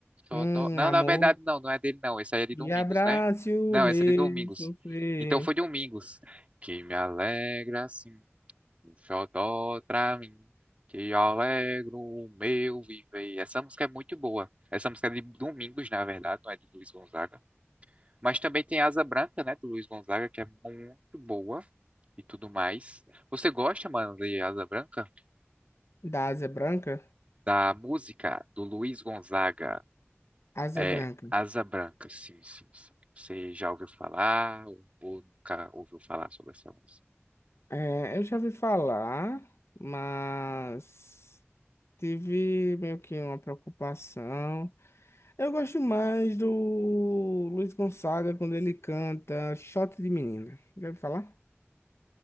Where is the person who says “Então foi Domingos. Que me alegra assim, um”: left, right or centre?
Right